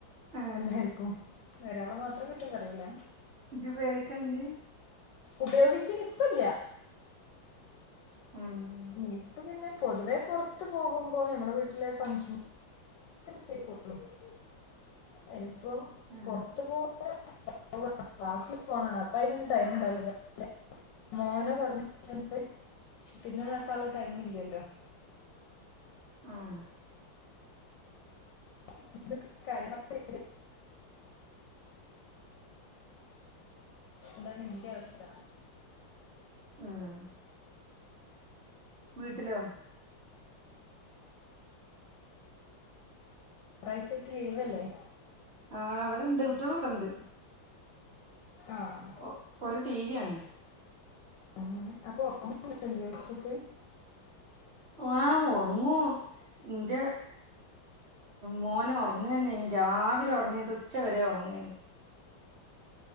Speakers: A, on the right; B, on the left.
A: ഉം,
B: എല്ലാര്ക്കും ഒരാളെ മാത്രം കുറ്റം പറയല്ല
A: ഇജ്ജ് ഉപയോഗിക്കല്ണ്ട്
B: ഉപയോഗിച്ചിന് ഇപ്പല്ല
A: ഉം
B: ഇപ്പം പിന്നെ പൊതുവെ പൊറത്ത് പോകുമ്പോ നമ്മളെ വീട്ടിലെ ഫംഗ്ഷൻ <unintelligible> എനിയിപ്പം
A: ആ,
B: പൊറത്ത് പോ <unintelligible> <unintelligible> ക്ലാസ്സില് പോണാ കാണാ അപ്പം അതിനൊന്നും ടൈം ഇണ്ടാവില്ല <unintelligible> മോനെ പറഞ്ഞയച്ചിട്ട് പിന്നെ ഇതാക്കാനുള്ള ടൈം ഇല്ലല്ലോ
A: ആഹ്
B: <unintelligible> അതാണ് ഇന്റെ അവസ്ഥ
A: ഏഹ് വീട്ടിലോ
B: കൊറെസായിട്ട് ലീവല്ലേ
A: ആഹ് ഇവിടണ്ട് കുട്ടികൾ ഇവിടണ്ട്
B: ആഹ്
A: ഒ ഓല് ടി വി കാണാ
B: അങ്ങനെ അപ്പൊ ഒറങ്ങൊന്നുല്ലേ ഉച്ചക്ക്
A: ആഹ് ഒറങ്ങൂ ഇന്റെ മോന് ഒറങ്ങന്നെയേനി രാവിലെ ഒറങ്ങിയിട്ട് ഉച്ച വരെ ഒറങ്ങേനി